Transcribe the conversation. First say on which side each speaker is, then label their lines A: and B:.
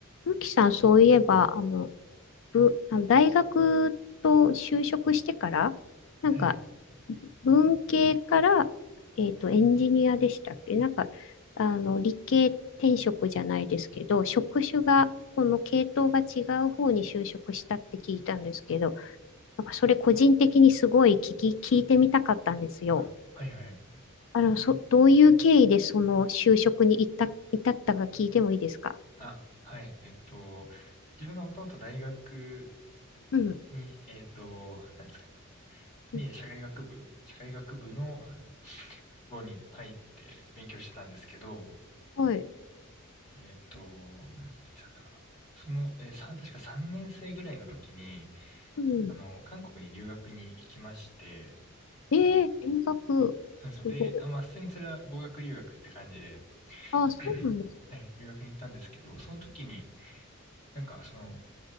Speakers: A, on the left; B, on the left.
A: ゆきさん、そういえば、あの、ぶ、あの大学と就職してから、なんか、
B: はい。
A: 文系から、えっと、エンジニアでしたっけなんか、あの、理系転職じゃないですけど、職種が、この系統が違う方に就職したって聞いたんですけど、なんか、それ個人的にすごい聞き、聞いてみたかったんですよ。
B: あ、はいはい。
A: あの、そ、どういう経緯でその就職に至った、至ったか聞いてもいいですか
B: あ、はい。えっと、自分がもともと大学
A: うん。
B: に、えっと、何ですかね。に、
A: うん
B: 社会学部、社会学部のところに入って勉強してたんですけど、
A: はい。
B: えっと、いつだったかな。その、えーさ、確か3年生ぐらいの時に、
A: うん。
B: あの、韓国に留学に行きまして、
A: ええ留学、
B: そうですよ。
A: すごい。
B: で、あ、まあ、普通にそれは語学留学って感じで、<clears throat>
A: ああ、そうなんですね。
B: はい、<clears throat> 留学に行ったんですけど、その時に、なんか、その、